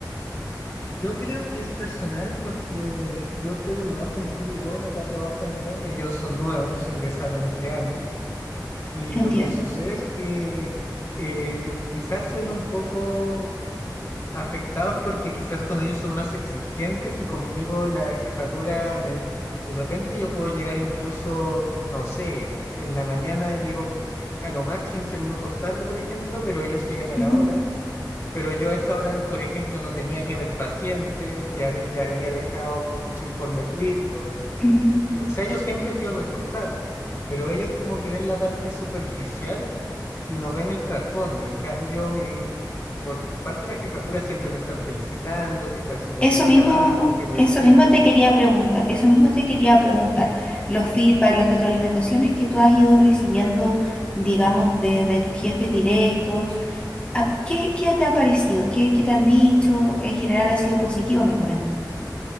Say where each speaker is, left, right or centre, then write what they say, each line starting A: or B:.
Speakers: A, on the left; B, on the left.
A: Yo creo que es personal porque yo soy el más antiguo acá trabajando, ellos son nuevos, ingresaron este año y lo
B: Entiendo.
A: que sucede es que eh, yo quizás se ven un poco afectados porque quizás con ellos son más exigentes y conmigo la jefatura me- de repente yo puedo llegar incluso, no sé, en la mañana llego a lo más 15 minutos tarde, por ejemplo, pero ellos llegan a
B: Ujú,
A: la hora. Pero yo a esa hora, por ejemplo, no tenía que ver pacientes, ya, ya había dejado todos los informes listos.
B: ujú.
A: y, O sea, yo siempre he sido responsable, pero ellos como que ven la parte superficial y no ven el trasfondo. En cambio, mi, por parte de la jefatura siempre me están felicitando, que estoy haciendo
B: Eso
A: un buen
B: mismo,
A: trabajo, que voy
B: eso
A: al día.
B: mismo te quería preguntar, eso mismo te quería preguntar. Los feedback, las retroalimentaciones que tú has ido recibiendo, digamos, desde tus jefes directos, ¿a- ¿qué, qué te ha parecido? ¿Qué, qué te han dicho? En general ha sido positivo, me comentas.